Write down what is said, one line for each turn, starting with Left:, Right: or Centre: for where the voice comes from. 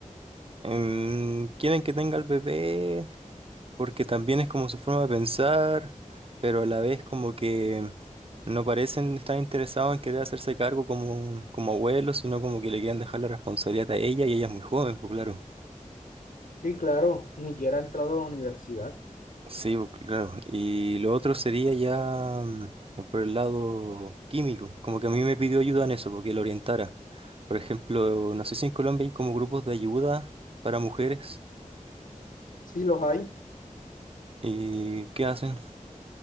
Right: mm, quieren que tenga el bebé porque también es como su forma de pensar, pero a la vez como que no parecen estar interesados en querer hacerse cargo como, como abuelos, sino como que le quieren dejar la responsabilidad a ella y ella es muy joven, pues claro.
Left: Sí, claro. Ni siquiera ha entrado a la universidad.
Right: Sí, pues claro. Y lo otro sería ya mm, por el lado químico, como que a mí me pidió ayuda en eso, porque lo orientara. Por ejemplo, no sé si en Colombia hay como grupos de ayuda para mujeres
Left: Sí, los hay.
Right: y ¿qué hacen?